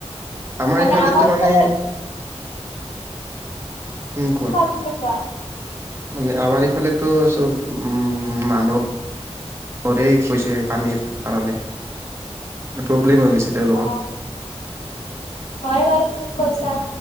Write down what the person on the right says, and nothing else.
আমাৰ
ইফালে তো
মানে উম খোৱা,
মানে আমাৰ ইফালেতো চব উম মানুহ ঘৰে হৈছে পানীৰ কাৰণে, ন প্ৰব্লেম হৈ গৈছে তেওঁলোকৰ?
উম